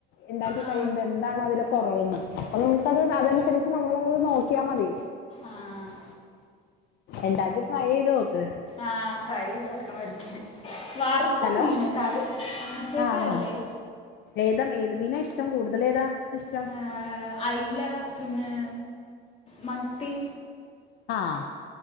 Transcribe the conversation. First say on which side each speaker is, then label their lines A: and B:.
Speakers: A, on the left; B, on the left.
A: ഉണ്ടാക്കി
B: ആ
A: കഴിയുമ്പോ എന്താണ് അതില് കുറവെന്ന് അപ്പൊ <unintelligible> അതനുസരിച്ച് നമ്മളത് നോക്കിയാൽ മതി
B: ആഹ്
A: ഇണ്ടാക്കി ട്രൈ ചെയ്ത് നോക്ക്
B: ആഹ് ട്രൈ ചെയ്ത് നോക്കണം ഒരിക്കെ വറുക്കും
A: ഹലോ
B: മീന് കറി കേക്കാവില്ലേ
A: ആഹ് ഹാ ഏതാ ഏത് മീനാ ഇഷ്ടം കൂടുതൽ ഏതാ ഇഷ്ടം
B: ആ, അയില പിന്നെ മത്തി
A: ആഹ്